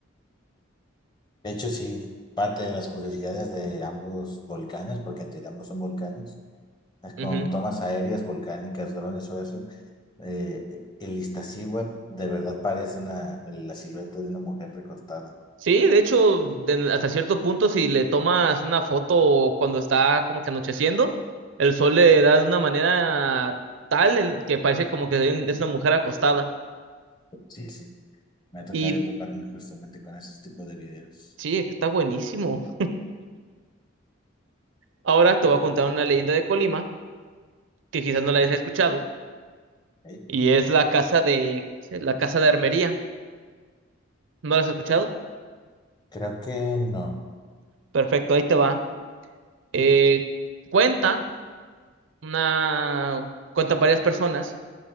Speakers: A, on the left (about 20°); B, on the right (about 70°).
A: De hecho, sí, parte de las curiosidades de ambos volcanes, porque entre ambos son volcanes. con
B: Ujú.
A: tomas aéreas, volcánicas, drones o eso, eh, eh, el Iztaccíhuatl de verdad parece una, la silueta de una mujer recostada.
B: Sí, de hecho, de- hasta cierto punto, si le tomas una foto cuando está como que anocheciendo, el sol le da de una manera tal en que parece como que hay un- es una mujer acostada.
A: Sí, sí, me ha tocado
B: Y
A: toparme justamente con esos tipos de videos.
B: sí, está buenísimo. Ahora te voy a contar una leyenda de Colima que quizás no la hayas escuchado
A: ¿ok?
B: Y es la casa de, la casa de armería. ¿No la has escuchado?
A: Creo que no.
B: Perfecto, ahí te va. Eh, cuenta una, cuentan varias personas